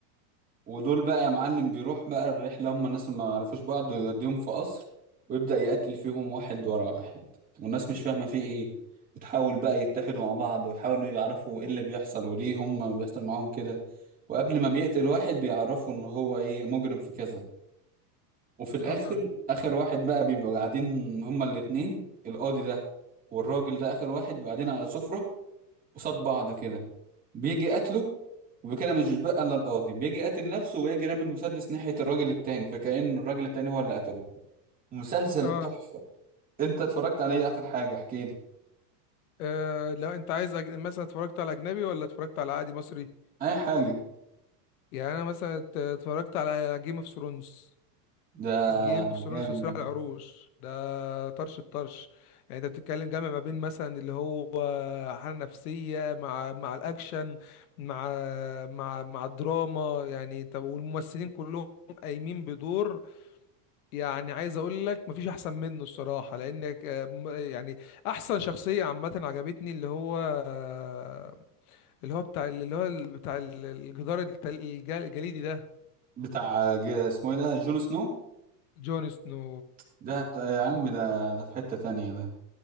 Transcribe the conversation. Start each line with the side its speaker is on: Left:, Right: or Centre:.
Right: ودول بقى يا معلم بيروح بقى الرحلة هم الناس اللي ما يعرفوش بعض ويوديهم في قصر ويبدأ يقتل فيهم واحد ورا واحد والناس مش فاهمة فيه ايه بتحاول بقى يتحدوا مع بعض ويحاولوا يعرفوا ايه اللي بيحصل وليه هم بيحصل معاهم كده وقبل ما بيقتل واحد بيعرفوا ان هو ايه مجرم في كذا وفي الاخر
Left: اه
Right: اخر واحد بقى بيبقوا قاعدين هما الاتنين القاضي ده والراجل ده اخر واحد قاعدين على سفرة قصاد بعض كده بيجي قتله وبكده مش بيتبقى الا القاضي بيجي قاتل نفسه ويجي رامي المسدس ناحية الراجل التاني فكأن الراجل التاني هو اللي قتله مسلسل
Left: اه
Right: تحفة انت اتفرجت عليه اخر حاجة احكي لي
Left: آه، لا انت عايز أجن... مثلا اتفرجت على اجنبي ولا اتفرجت على عادي مصري
Right: اي حاجة
Left: يعني انا مثلا ات- اتفرجت على جيم اوف ثرونز
Right: ده
Left: جيم اوف ثرونز
Right: جامد
Left: وصراع العروش
Right: ده.
Left: ده طرش الطرش يعني انت بتتكلم جامع ما بين مثلا اللي هو حالة نفسية مع مع الاكشن مع مع مع الدراما يعني طب والممثلين كلهم قايمين بدور يعني عايز اقول لك مفيش احسن منه الصراحه لانك آه، م- يعني احسن شخصيه عامه عجبتني اللي هو آه، اللي هو بتاع اللي هو ال- بتاع ال- الجدار التل- الج- الجليدي ده
Right: بتاع ج- اسمه ايه ده جون سنو
Left: جون سنو
Right: ده ت- يا عم ده ده في حتة تانية ده